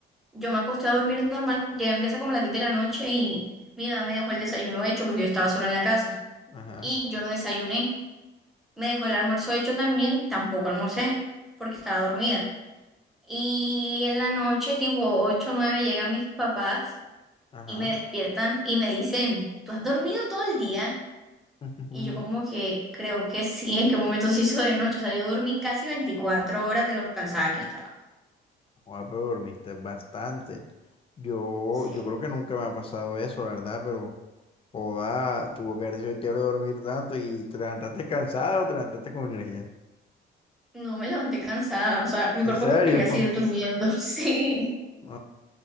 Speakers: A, in the centre; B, on the left.
A: yo me acosté a dormir normal. Llegué a mi casa como a las 10 de la noche y mi mamá me dejó el desayuno hecho porque yo estaba sola en la casa
B: Ajá,
A: y yo no desayuné. Me dejó el almuerzo hecho también, tampoco almorcé porque estaba dormida. Y en la noche, tipo 8 o 9, llegan mis papás
B: ajá.
A: y me despiertan y me dicen, ¿tú has dormido todo el día?
B: <laughs>
A: Y yo como que creo que sí, en qué momento se hizo de noche. O sea, yo dormí casi 24 horas de lo cansada que estaba.
B: Joder, pero dormiste bastante. Yo,
A: Sí,
B: yo creo que nunca me ha pasado eso, la verdad, pero joda, tuvo que haber sido chévere dormir tanto y te levantaste cansado o te levantaste con energía.
A: no me levanté cansada. O sea, mi
B: ¿En
A: cuerpo
B: serio?
A: quería seguir
B: <laughs>
A: durmiendo. <laughs> Sí,
B: No,